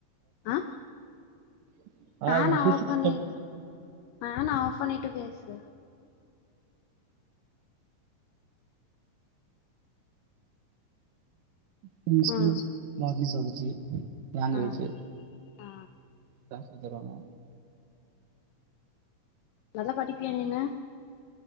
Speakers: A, on the left (about 85°); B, on the right (about 75°).
A: ah
B: <unintelligible>
A: fan
B: a
A: of
B: physics
A: பண்ணி
B: கெம்ஸ்
A: ஃபேன் ஆஃப் பண்ணிட்டு பேசு
B: கெமிஸ்ட்ரி
A: ம்
B: பாட்னி சோலஜி ஜி லாங்குவேஜூ
A: ஆ ஆ
B: இதா சொல்லி தராங்க
A: நல்லா படிப்பியா நீனு